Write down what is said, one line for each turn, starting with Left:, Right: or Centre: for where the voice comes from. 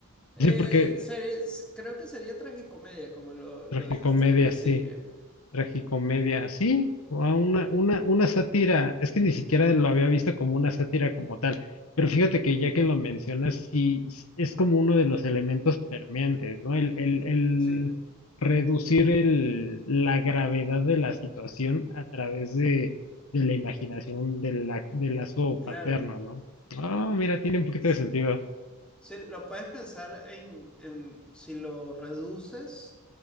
Centre: Eh,
Left: Sí, porque
Centre: sería- se- creo que sería tragicomedia, como lo, lo
Left: tragicomedia,
Centre: dijiste al principio.
Left: sí. Tragicomedia, sí, o a una, una, una sátira, es que ni siquiera lo había visto como una sátira como tal, pero fíjate que ya que lo mencionas, sí, s- es como uno de los elementos permeantes, ¿no? El, el, el
Centre: Sí,
Left: reducir el, la gravedad de la situación a través de, de la imaginación del, la- del lazo
Centre: Claro.
Left: paterno, ¿no? Ah, mira, tiene un poquito
Centre: S-
Left: de sentido.
Centre: Sí, lo puedes pensar en, en si lo reduces